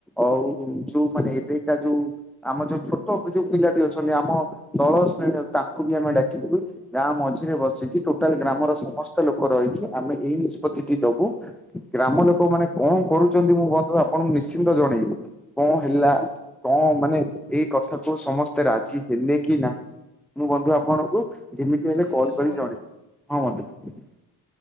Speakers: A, in the centre; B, on the left.
A: ଆଉ ଯୋଉ ମାନେ ଏବେକା ଯୋଉ ଆମ ଯୋଉ ଛୋଟ ଅ ଯୋଉ ପିଲାଟି ଅଛନ୍ତି ଆମ ଦଳ ତାଙ୍କୁ ବି ଆମେ ଡାକିବୁ ବୁଝିଲେ। ଗାଁ ମଝିରେ ବସିକି ଟୋଟାଲ ଗ୍ରାମର ସମସ୍ତ ଲୋକ ରହିକି ଆମେ ଏଇ ନିଷ୍ପତ୍ତି ଟି ଦବୁ। ଗ୍ରାମ ଲୋକ ମାନେ କଣ କରୁଛନ୍ତି ମୁଁ ବନ୍ଧୁ ଆପଣଙ୍କୁ ନିଶ୍ଚିନ୍ତ ଜଣେଇବି କଣ ହେଲା।
B: ଆଜ୍ଞା
A: କଣ ମାନେ ଏଇ କଥାକୁୁ ସମସ୍ତେ ରାଜି ହେଲେ କି ନାହିଁ ମୁଁ ବନ୍ଧୁ ଆପଣଙ୍କୁ ଯେମିତି
B: ନିଶ୍ଚିନ୍ତ
A: ହେଲେ କଲ
B: ଶୁଣନ୍ତୁ
A: କରିକି ଜଣେଇବି ହଁ ବନ୍ଧୁ।